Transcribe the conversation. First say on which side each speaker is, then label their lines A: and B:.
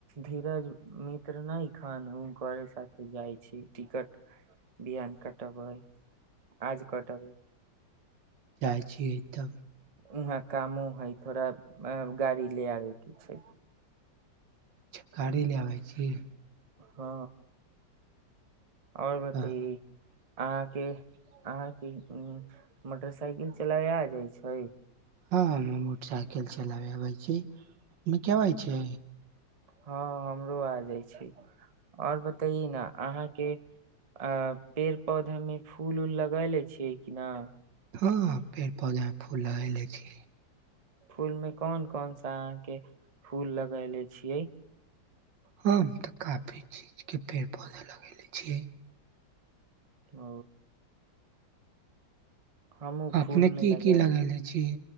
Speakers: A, on the right; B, on the right.
A: धीरज मित्र नेखन ओ घरे साथे जाइ छी टिकट बिियान कटबै आज कटा ब
B: काजी होत
A: उहाँ कामो है थोड़ा अ गाड़ी ले आबेके छै
B: च्छा गी ले आबै छी
A: हँ आओर बतै
B: हाँ
A: अहाँके अहाँके मोटरसाइकिल चलाय आ जाइ छै
B: हँ हम मोटरसाइकिल चलाबे आबै छी अपने केब छ
A: हँ हमरो आ जाइ छै आओर बतेे ने अहाँके अ पेड़ पौधा मे फूल उऊल लगा ले छियै कि न
B: हँ पेड़ पौधा मे फूल लग ले छी
A: फूलमे कोन कोन सा अहाँके फूल लगैले छियै
B: हम तऽ काफी चीज के पेड़ पौधा लगेेले छियै
A: ओ हमू
B: अपने
A: फूल में
B: की
A: लगे
B: की लगले छी